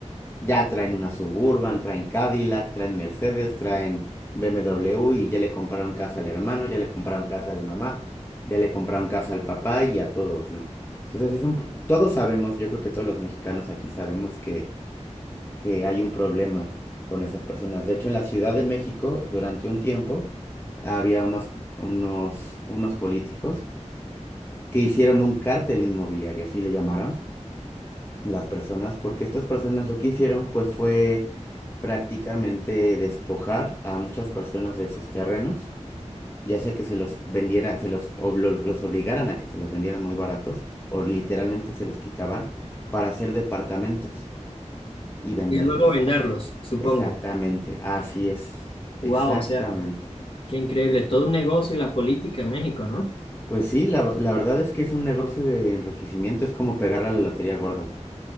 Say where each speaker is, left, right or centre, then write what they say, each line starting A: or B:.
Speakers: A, on the left; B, on the left.
A: ya traen una Suburban, traen Cadillac, traen Mercedes, traen BMW y ya le compraron casa al hermano, ya le compraron casa a la mamá, ya le compraron casa al papá y a todos, ¿no? Entonces es un, pro- todos sabemos, yo creo que todos los mexicanos aquí sabemos que, que hay un problema con esas personas. De hecho, en la Ciudad de México, durante un tiempo, había unos, unos, unos políticos que hicieron un cártel inmobiliario, así le llamaron las personas, porque estas personas lo que hicieron pues fue prácticamente despojar a muchas personas de sus terrenos, ya sea que se los vendiera, se los, ob- lo- los obligaran a que se los vendieran muy baratos o literalmente se los quitaban para hacer departamentos y venderlos.
B: Y luego venderlos, supongo.
A: Exactamente, así es, exactamente.
B: Wow, o sea. Qué increíble, todo un negocio la política en México, ¿no?
A: Pues sí, la, la verdad es que es un negocio de enriquecimiento, es como pegarle a la lotería gorda.